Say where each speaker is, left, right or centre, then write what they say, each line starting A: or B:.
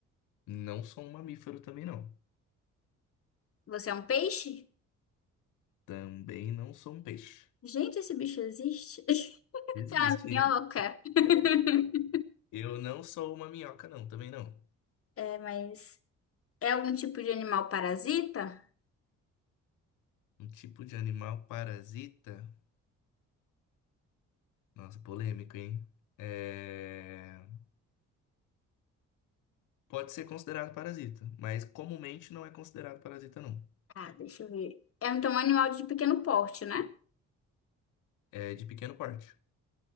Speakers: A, on the left (about 85°); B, on the left (about 50°).
A: Não sou um mamífero também, não.
B: Você é um peixe?
A: Também não sou um peixe.
B: Gente, esse bicho existe? <laughs> Você
A: Existe,
B: é uma minhoca?
A: hein?
B: <laughs>
A: Eu não sou uma minhoca, não, também não.
B: É, mas é algum tipo de animal parasita?
A: Um tipo de animal parasita. Nossa, polêmico, hein? É... Pode ser considerado parasita, mas comumente não é considerado parasita, não.
B: Ah, deixa eu ver. É então um animal de pequeno porte, né?
A: É de pequeno porte.